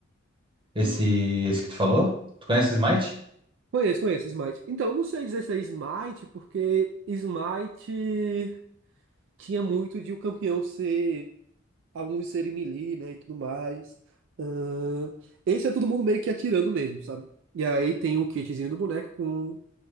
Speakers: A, on the right (about 25°); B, on the right (about 60°).
A: Esse,
B: Hum,
A: esse que tu falou? Tu conhece Smite?
B: Conheço, conheço Smite. Então, eu não sei dizer se é Smite, porque Smite tinha muito de o campeão ser, alguns serem melee, né, e tudo mais. Ahn, esse é todo mundo meio que atirando mesmo, sabe? E aí tem o kitzinho do boneco com